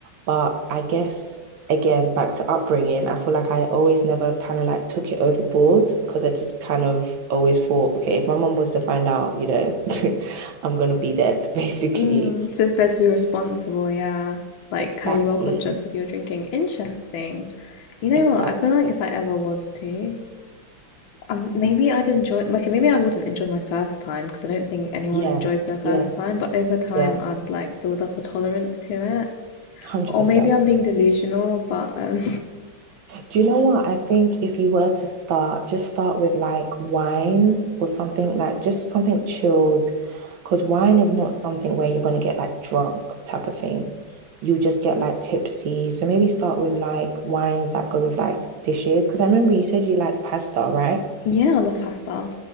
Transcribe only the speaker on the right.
But I guess again, back to upbringing, I feel like I always never kind of like took it overboard because I just kind of always thought, okay, if my mom was to find out, you know, <laughs> I'm gonna be dead, <laughs> basically.
Exactly.
Exactly.
Yeah,
yeah,
yeah.
100%.
Do you know what? I think if you were to start, just start with like wine or something like just something chilled, because wine is not something where you're gonna get like drunk type of thing. You just get like tipsy. So maybe start with like wines that go with like dishes. Because I remember you said you like pasta, right?